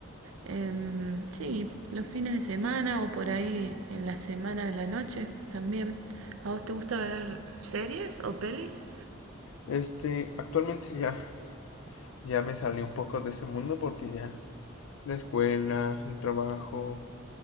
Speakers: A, on the right; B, on the left.
A: em, sí, los fines de semana o por ahí en la semana de la noche también. ¿A vos te gusta ver series o pelis?
B: Este, actualmente ya ya me salí un poco de ese mundo porque ya la escuela, el trabajo,